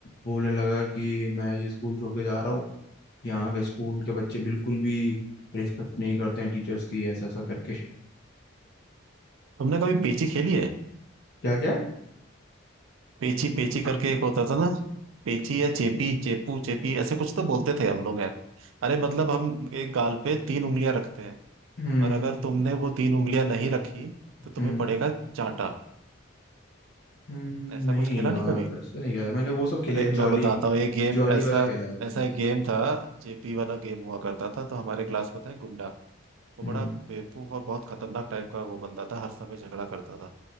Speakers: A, on the left; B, on the right.
A: बोलने लगा कि मैं ये स्कूल छोड़ के जा रहा हूँ यहाँ के स्कूल के बच्चे बिल्कुल भी रिस्पेक्ट नहीं करते हैं टीचर्स की ऐसा ऐसा करके
B: तुमने कभी पेची खेली है
A: क्या क्या
B: पेची पेची करके एक होता था ना पेची या चेपी चेपू चेपी ऐसे कुछ तो बोलते थे हम लोग यार अरे मतलब हम एक गाल पे तीन उंगलियां रखते हैं
A: हम्म
B: और अगर तुमने वो तीन उंगलियां नहीं रखी तो तुम्हें
A: हम्म
B: पड़ेगा चांटा
A: हम्म,
B: ऐसा
A: नहीं
B: कुछ खेला
A: यार
B: नहीं कभी
A: ऐसा नहीं खेला मैंने वो सब खेलिया
B: अरे मैं
A: जॉली
B: बताता हूँ ये गेम
A: जॉली
B: ऐसा
A: वाला खेला है
B: ऐसा
A: मैंने
B: एक गेम था जेपी वाला गेम हुआ करता था तो हमारे क्लास में था एक गुंडा वो
A: हम्म
B: बड़ा बेवकूफ और बहुत खतरनाक टाइप का वो बंदा था हर समय झगड़ा करता था